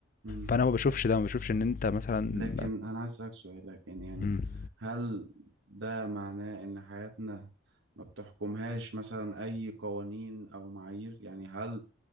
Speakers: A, on the right; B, on the left.
A: مم.
B: فانا ما بشوفش ده ما بشوفش ان انت مثلا
A: لكن أنا عايز أسألك سؤال لكن يعني
B: م-
A: هل ده معناه إن حياتنا ما بتحكمهاش مثلا أي قوانين أو معايير يعني هل